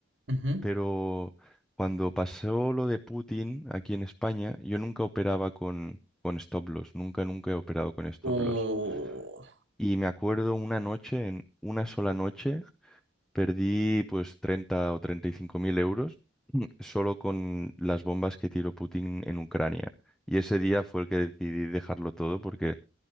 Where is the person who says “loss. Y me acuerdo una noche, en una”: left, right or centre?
Centre